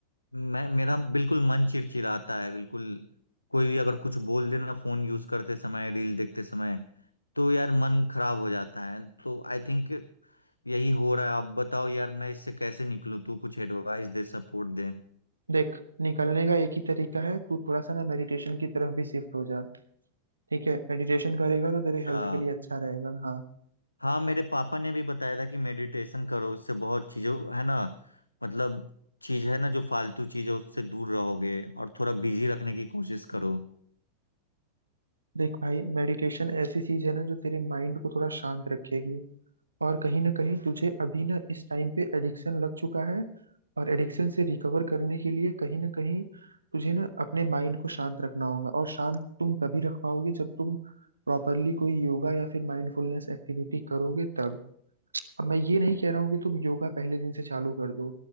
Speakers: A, on the left; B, on the right.
A: मैं मेरा बिल्कुल मन चिड़चिड़ाता है बिल्कुल कोई भी अगर कुछ बोल देना फोन यूज करते समय रील देखते समय तो यार मन खराब हो जाता है तो आई थिंक यही हो रहा है आप बताओ यार मैं इससे कैसे निकलूं तू कुछ एडवाइस दे सपोर्ट दे
B: देख निकलने का एक ही तरीका है तू थोड़ा सा ना मेडिटेशन की तरफ भी शिफ्ट हो जा ठीक है मेडिटेशन करेगा
A: अच्छा
B: तो तेरे हेल्थ के लिए अच्छा रहेगा हाँ
A: हाँ मेरे पापा ने भी बताया था कि मेडिटेशन करो उससे बहुत चीजों है ना मतलब चीज है ना जो फालतू चीज है उससे दूर रहोगे और थोड़ा बिजी रखने की कोशिश करो
B: देख भाई मेडिटेशन ऐसी चीज है ना जो तेरे माइंड को थोड़ा शांत रखेगी और कहीं ना कहीं तुझे अभी ना इस टाइम पे एडिक्शन लग चुका है और एडिक्शन से रिकवर करने के लिए कहीं ना कहीं तुझे ना अपने माइंड को शांत रखना होगा और शांत तुम तभी रख पाओगे जब तुम प्रॉपरली कोई योगा या फिर माइंडफुलनेस एक्टिविटी करोगे तब अब मैं ये नहीं कह रहा हूँ कि तुम योगा पहले दिन से चालू कर दो